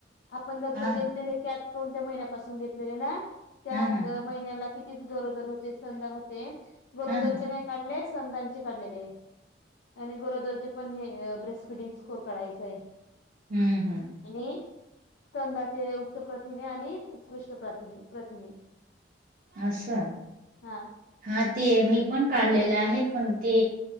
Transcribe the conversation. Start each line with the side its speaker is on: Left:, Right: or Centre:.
Left: आपण दत्तक
Right: हा
Left: घेतलेले त्यात कोणत्या महिन्यापासून घेतलेले ना त्या
Right: हा हा
Left: महिन्याला किती गरोदर होते सस्तनदा होते गरोदर
Right: हा
Left: चे नाही काढले स्तनदा काढलेले आणि गरोदरचे पण हे, ब्रेस्ट फिडिंग स्कोर कढायचा हाय.
Right: हम्म, हम्म.
Left: आणि कंदाचे उत्तर प्र प्रथिने आणि उत्कृष्ट प्रथिणे, प्रथिने.
Right: असं,
Left: हा
Right: हा ते मी पण काढलेलं आहे पण ते